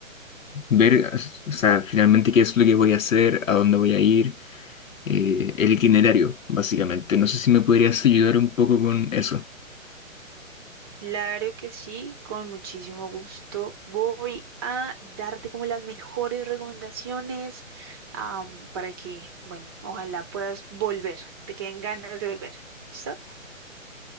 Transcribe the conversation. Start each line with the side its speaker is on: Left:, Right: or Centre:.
Left: ver, o sea, finalmente qué es lo que voy a hacer, a dónde voy a ir eh, el itinerario, básicamente. No sé si me podrías ayudar un poco con eso.
Right: Claro que sí, con muchísimo gusto. Voy a darte como las mejores recomendaciones, am, para que, bueno, ojalá puedas volver, te queden ganas de volver. ¿Listo?